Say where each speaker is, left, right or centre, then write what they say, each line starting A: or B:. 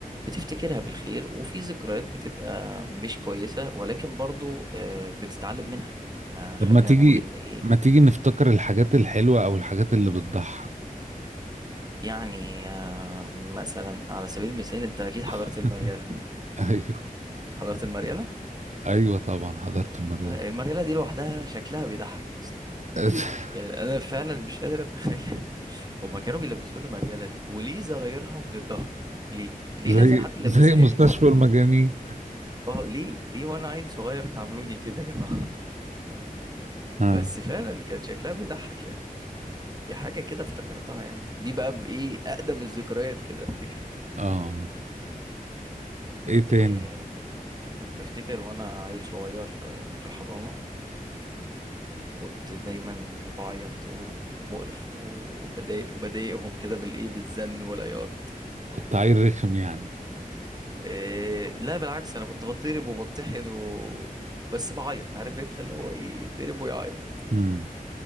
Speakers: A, on the right; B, on the right.
A: بتفتكرها بالخير وفي ذكريات بتبقى مش كويسة ولكن برضو آه، بتتعلم منها يعني ما خلينا
B: طب ما تيجي
A: نقول ان ايه
B: ما تيجي نفتكر الحاجات الحلوة او الحاجات اللي بتضحك
A: يعني آه، مثلا على سبيل المثال انت اكيد حضرت
B: <laughs>
A: المريالة
B: ايوه
A: حضرت المريالة
B: ايوه طبعا حضرت المريض
A: آه، المريالة دي لوحدها شكلها بيضحك اصلا
B: <laughs>
A: يعني انا فعلا مش قادر اتخيل <laughs> هما كانوا بيلبسونا مريالة ليه وليه زرايرها من الظهر ليه ليه
B: زي
A: لازم حد يلبسهاني
B: زي مستشفى المجانين
A: <laughs> اه ليه ليه وانا عيل صغير تعاملوني كده يا جماعة <laughs>
B: ها
A: بس فعلا كان شكلها بيضحك يعني دي حاجة كده افتكرتها يعني بس دي بقى بإيه أقدم الذكريات كده أفتكر
B: اه ايه تاني
A: إيه كنت أفتكر وأنا عيل صغير آه، في الحضانة كنت دايما بعيط ومقرف وبضايق وبضايقهم كده بالإيه بالزن والعياط
B: كنت عيل رخم يعني
A: إيه لا بالعكس انا كنت بتضرب وبطحن و... بس بعيط عارف انت اللي هو ايه يتضرب ويعيط
B: امم